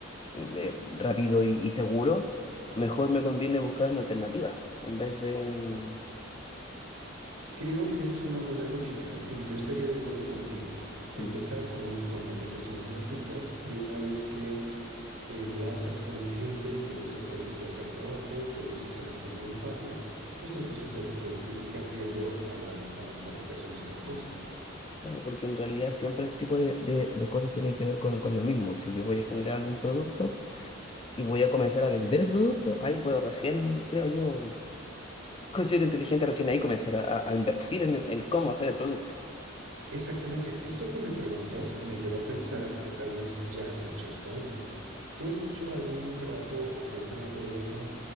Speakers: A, on the left; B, on the right.
A: mm, eh, rápido y, y seguro, mejor me conviene buscar una alternativa en vez de...
B: Creo que es una buena lógica, sí, yo estaría de acuerdo contigo empezar
A: mm,
B: con, un, con, aplicaciones gratuitas y una vez que enlazas con un cliente, que empiezas a desplazar trabajo, que empiezas a recibir un pago, pues entonces ya te puedes ir cambiando a las, a las aplicaciones con costo.
A: Claro, porque en realidad siempre este tipo de, de- de cosas tienen que ver con, con lo mismo. Si yo voy a generar algún producto, y voy a comenzar a vender ese producto, ahí puedo recién, creo yo, considero inteligente recién ahí comenzar a, a- a invertir en, en cómo hacer el producto.
B: Exactamente, esto que me preguntas me lleva a pensar que tal vez ya has hecho esto antes. ¿Tú has hecho algún trabajo de esta naturaleza